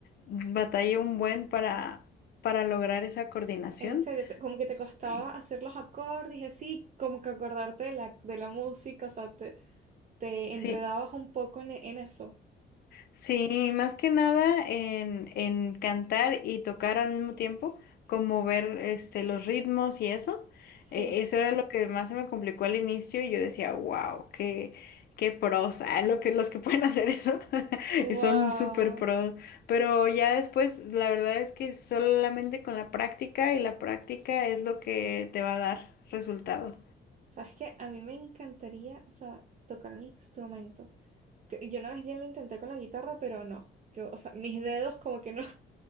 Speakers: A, on the left (about 55°); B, on the right (about 40°).
A: batallé un buen para, para lograr esa coordinación.
B: En serio, te- como que te costaba
A: Sí.
B: hacer los acordes y así, como que acordarte de la, de la música, o sea, te, te
A: Sí.
B: enredabas un poco en, en eso.
A: Sí, más que nada en, en cantar y tocar al mismo tiempo, como ver este, los ritmos y eso.
B: Sí.
A: Eh, eso era lo que más se me complicó al inicio. Yo decía, wow, qué, qué pros, ah, <laughs> lo que, los que pueden hacer eso <laughs>
B: Wow.
A: y son súper pros. Pero ya después, la verdad es que solamente con la práctica y la práctica es lo que te va a dar resultado.
B: ¿Sabes qué? A mí me encantaría, o sea, tocar un instrumento. Que- Yo una vez ya lo intenté con la guitarra, pero no. Yo, o sea, mis dedos como que no,